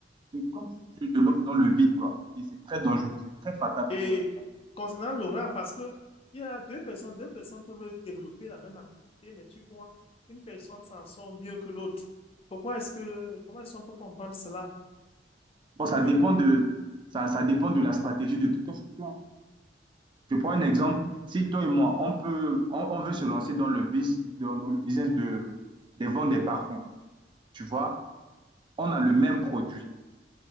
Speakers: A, on the right; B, on the left.
A: C'est comme si tu te lances dans le vide, quoi. Et c'est très dangereux, c'est très fatal
B: Et
A: pour nous.
B: concernant l'aura, parce que il y a deux personnes, deux personnes peuvent développer la même activité, mais tu vois, une personne s'en sort mieux que l'autre. Pourquoi est-ce que, comment est-ce qu'on peut comprendre cela?
A: Bon, ça
B: Que
A: dépend
B: nous deux,
A: de, ça, ça dépend de la stratégie de tout un chacun. Je prends un exemple. Si toi et moi, on peut, on, on veut se lancer dans le, bus- dans, dans le business de, des ventes des parfums, tu vois, on a le même produit